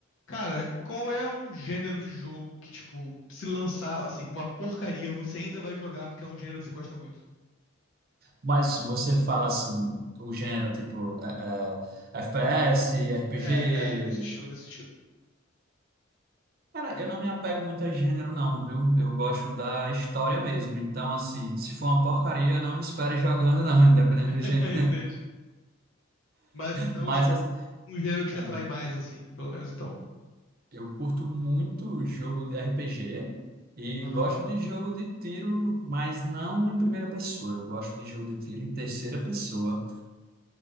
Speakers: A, on the left; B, on the right.
A: Cara, qual é um gênero de jogo que, tipo, se lançar, assim, uma porcaria, você ainda vai jogar porque é um gênero que você gosta muito?
B: Mas se você fala assim, o gênero, tipo, é, é, FPS, RPG.
A: É, é, nesse estilo, nesse estilo.
B: Cara, eu não me apego muito a gênero, não, viu? Eu gosto da história mesmo. Então, assim, se for uma porcaria, não me espere jogando, não, <laughs> independente
A: <laughs>
B: do gênero.
A: Entendi. Mas então,
B: Mas
A: tipo,
B: assim,
A: um gênero que
B: ah,
A: te atrai mais, assim, pelo menos então.
B: eu curto muito jogo de RPG e
A: Aham.
B: gosto de jogo de tiro, mas não em primeira pessoa. Eu gosto de jogo de tiro em terceira pessoa.